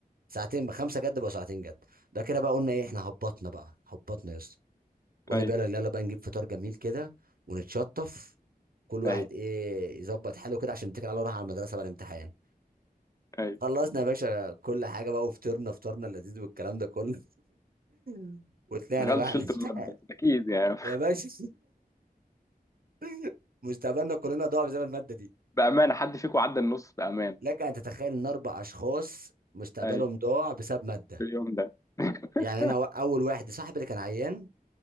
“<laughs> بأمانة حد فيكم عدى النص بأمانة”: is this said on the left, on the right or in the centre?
Left